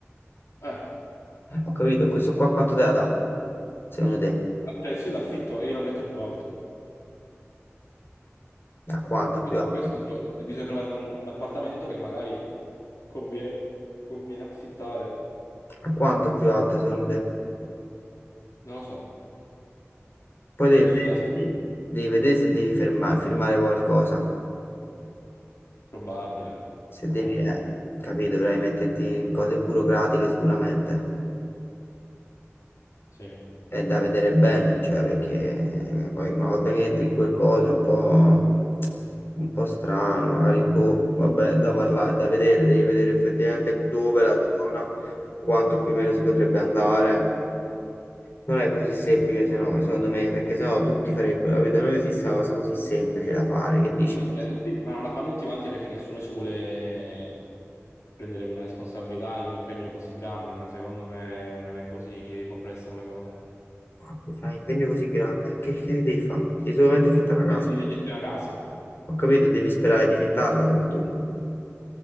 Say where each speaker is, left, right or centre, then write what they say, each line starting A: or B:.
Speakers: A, on the left; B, on the left.
A: Eh, al
B: Eh, ho capito, e questo qua quanto te la dà, secondo te?
A: prezzo dell'affitto e io la metto a più alto.
B: A quanto più
A: Infatti
B: alto?
A: Per questo dico, bisogna trovare un, un appartamento che magari convie- conviene, affittare.
B: A quanto più alto, secondo te?
A: Non lo so,
B: Poi
A: lo
B: devi
A: devo
B: vedere,
A: studiare,
B: devi vedere se devi ferma- firmare qualcosa,
A: probabile,
B: se
A: lo
B: devi,
A: capirà.
B: eh, capito, dovrai metterti in cose burocratiche sicuramente.
A: Sì.
B: è da vedere bene, cioè perché poi una volta che entri in quel coso è un po', un po' strano, magari boh, vabbè, è da parlare, è da vedere, devi vedere effettivamente dove la zona, quanto più o meno si potrebbe andare. Non è così semplice, se no, secondo me, perché sennò tutti farebbero, capito? Non esiste una cosa così semplice da fare, che dici,
A: Beh, tutti- ma non la fanno tutti quanti perché nessuno ci vuole prendere una responsabilità e un impegno così grande, ma secondo me non è così complessa come cosa.
B: "Ah, fai un impegno così grande, che, che devi fare? Devi solamente fittare una
A: E
B: casa.
A: devi gestire una casa.
B: Ho capito, devi sperare di fittarla soprattutto.